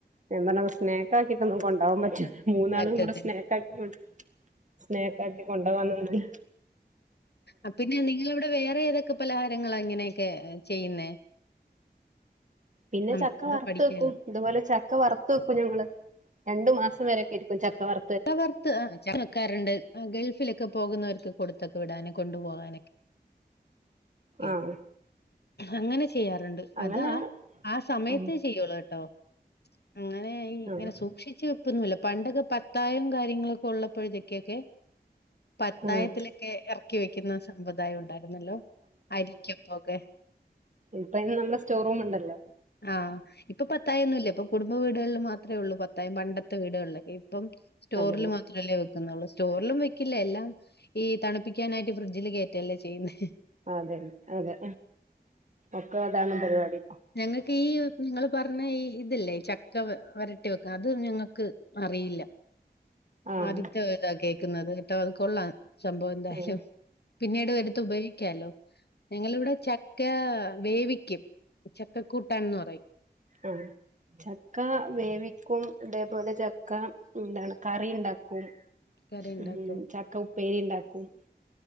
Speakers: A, on the right; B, on the left.
A: ഞാ പർഞ്ഞപ്പ സ്നേക്കാക്കിട്ടൊന്നും കൊണ്ടാവാ പറ്റൂല. മൂന്നാളും
B: പറ്റത്തില്ല.
A: കൂടെ സ്നേകാക്കി കൊ സ്നേക്കാക്കി കൊണ്ടവാം നിന്നല്.
B: അപ്പന്നി നിങ്ങളവിടെ വേറെ ഏതൊക്കെ പലഹാരങ്ങള ഇങ്ങനെയെക്കെ ചെയ്യുന്നെ.
A: പിന്നെ
B: നമുക്ക്
A: ചക്ക
B: കൂടെ
A: വറ്ത്ത്
B: പഠിക്കാലോ.
A: വെക്കും ഇതുപോലെ ചക്ക വറ്ത്ത് വെക്കും ഞങ്ങള്. രണ്ടു മാസം വരേക്കെ ഇര്ക്കും ചക്ക വർ
B: ക്ക വർത്ത് ആ ചക്ക രണ്ട് ആഹ് ഗൾഫിലൊക്കെ പോകുന്നവര്ക്ക് കൊടുത്തൊക്കെ വിടാന് കൊണ്ടു പോവാനൊക്കെ. കെ
A: ആഹ്
B: അങ്ങനെ. ചെയ്യാറ്ണ്ട്
A: അങ്ങനെ
B: അതാ ആ സമയത്തേ
A: ആഹ്
B: ചെയ്യുള്ളൂ കെട്ടോ അങ്ങനെ. ഇങ്ങനെ
A: ആഹ്
B: സൂക്ഷിച്ച് വെപ്പൊന്നുല്ല പണ്ടൊക്കെ പത്തായം കാര്യങ്ങളൊക്കെ ഉള്ളപ്പോഴ്ത്തെക്കെക്കെ. പത്തായത്തിലെക്കെ
A: ആഹ്
B: എർക്കി വെക്ക്യുന്ന സമ്പ്രദായം ഉണ്ടായിരുന്നല്ലോ. അരിക്ക്യപ്പൊകെ.
A: ഇപ്പയ്ന് നമ്മളെ സ്റ്റോറൂമ്ണ്ടല്ലോ.
B: ആഹ്. ഇപ്പ പത്തായൊന്നുല്ല ഇപ്പ കുടുംബ വീടുകൾല് മാത്രേ ഒള്ളൂ പത്തായം പണ്ടത്തെ വീടുകൾലൊക്കെ ഇപ്പം. സ്റ്റോറ്ല്
A: അതെ അതെ
B: മാത്രല്ലേ വെ ക്ക്ന്നൊള്ളൂ സ്റ്റോറ്ലും വെക്ക്യില്ല എല്ലാം ഈ തണുപ്പിക്ക്യാനായിട്ട് ഫ്രിഡ്ജില് കേറ്റല്ലേ ചെയ്യുന്നെ.
A: അതന്നെ അതെ ഒക്ക അതാണ് പര്പാടി.
B: ഞങ്ങക്കീ നിങ്ങള് പർഞ്ഞ ഈ ഇത് ല്ലേ ചക്ക വ വരട്ടി വെക്ക അത് ഞങ്ങക്ക് അറിയില്ല
A: ആഹ്
B: ആദ്യത്ത ഇതാ കേക്ക്ന്നത് ട്ടോ അത് കൊള്ളാം. സംഭവ എന്തായ്ലും
A: ഉം
B: പിന്നീട് എടുത്ത് ഉപയോഗിക്ക്യാലോ ഞങ്ങളിവിടെ ച ക്കാ വേവിക്ക്യും ചക്കക്കൂട്ടാൻന്ന് പറയും.
A: ആഹ്. ചക്ക വേവിക്കും അതേപോലെ ചക്ക ന്താണ് കറി ഇണ്ടാക്കും.
B: ചക്കക്കറി ഉണ്ടാക്കും
A: ഉം ചക്ക ഉപ്പേരി ഇണ്ടാക്കും.